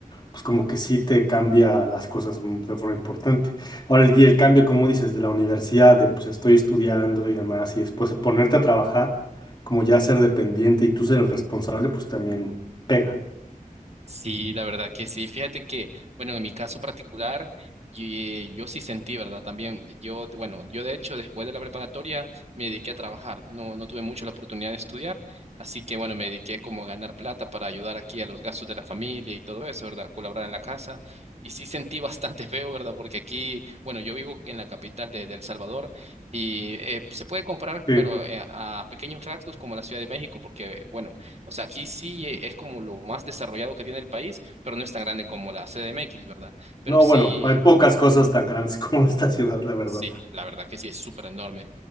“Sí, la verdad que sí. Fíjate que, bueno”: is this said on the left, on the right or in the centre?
Right